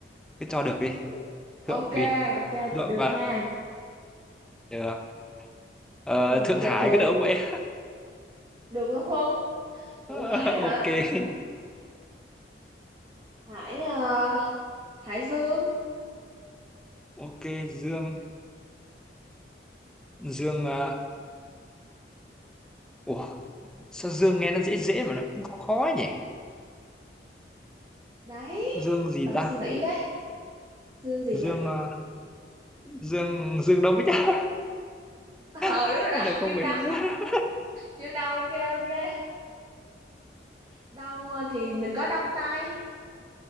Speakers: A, in the centre; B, on the right (about 25°).
A: cứ cho được đi
B: Được. Ok,
A: thượng đi
B: ok,
A: thượng
B: được
A: à,
B: ha.
A: được Ờ,
B: Ừ,
A: thượng
B: Trạch
A: hải
B: Thượng
A: có được không vậy
B: được luôn không? Thượng
A: <laughs>
B: Hải hả?
A: ok
B: Hải ờ, Hải Dương
A: ok dương dương à, ủa sao dương nghe nó dễ dễ mà nó cũng khó khó ấy nhỉ
B: đấy
A: dương
B: mới
A: gì
B: Cần
A: ta
B: suy nghĩ đấy Dương gì
A: dương
B: nhỉ?
A: à, dương dương đông bích à
B: Ờ
A: <laughs>
B: đúng rồi đó
A: có được không
B: Dương
A: vậy
B: Đông
A: <laughs>
B: Dương Đông ok ok Đông ờ, thì mình có Đông Tây